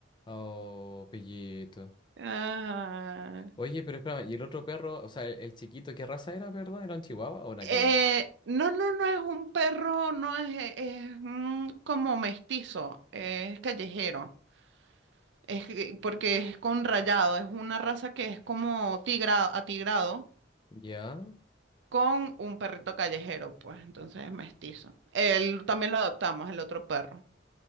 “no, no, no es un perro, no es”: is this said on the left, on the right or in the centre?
Right